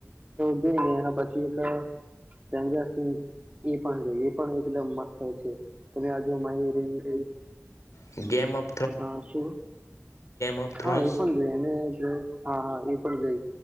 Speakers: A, on the right; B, on the left.
A: જઈ ને એના પછી એક સ્ટેન્જર થીન્ક્સ એ પણ જોઈ એ પણ એકદમ મસ્ત છે. તને આજુ <unintelligible>
B: ગેમઅપ
A: હા શું
B: ઓફ થ્રોન્સ
A: હા એ પણ જો અને હા હા એ પણ ગયે